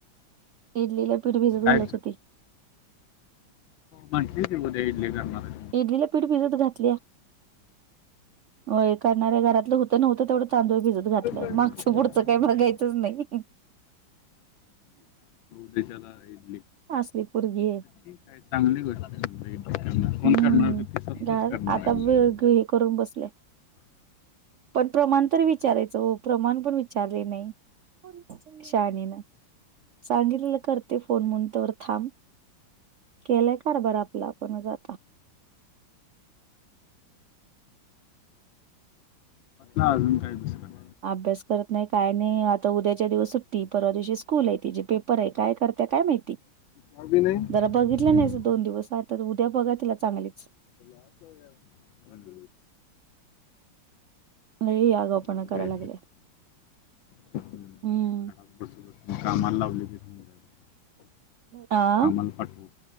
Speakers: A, on the right; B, on the left.
A: इडलीला पीट भिजत घालत
B: काय
A: होती.
B: म्हटली ती, उद्या इडली करणारे.
A: इडलीला पीठ भिजत घातलीया. हो करणार्या घरातलं होतं नवतं तेवढं तांदूळ बीजतं घातलं
B: ठीक आहे.
A: मागचं पुढचं काही मागायचंच नाही
B: शला
A: अससलीपूर घी
B: ठीक आहे चांगली गोष्ट म्हण करणार कोण
A: हम्म
B: करणार तर ते स्तच
A: गार
B: करणार
A: आता
B: आहेम
A: ब ग हे करून बसले पण प्रमाण तर विचारायचं हो प्रमाण पण विचारले नाही शाणीन सांगितलेलं करते फोन म्हून तवर थांब केलंय कार बर आपला आपण जा
B: हो अजून काय दिसत नाही
A: अभ्यास करत नाही काय नाही आता उद्याच्या दिवस सुट्ट परवा दिवशी स्कूल आहे ति जे पेप काय करत काय माहिती
B: चावी नाही हम्म.
A: जरा बघितलं नाही दोन दिवस आता उद्या बघा तिला चांगलीच
B: हश हो या हज
A: नाही यागपणा
B: दोघे.
A: करायला लागले
B: हम्म.
A: हम्म
B: घरात बसून बसून कामाला लावली की समजायला
A: हा
B: कामाला पाठवू